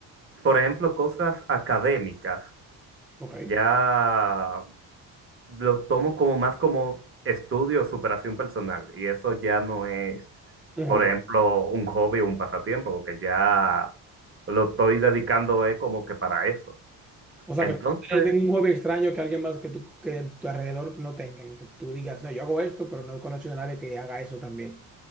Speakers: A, on the right; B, in the centre.
A: por ejemplo, cosas académicas,
B: Ok,
A: ya lo tomo como más como estudio, superación personal, y eso ya no es,
B: un
A: por
B: hobby.
A: ejemplo, un hobby o un pasatiempo, porque ya lo estoy dedicando es como que para eso.
B: O sea,
A: Entonces,
B: que tú no tienes ningún hobby extraño que alguien más que tú, que a tu alrededor no tengan, que tú digas, no, yo hago esto, pero no conozco a nadie que haga eso también.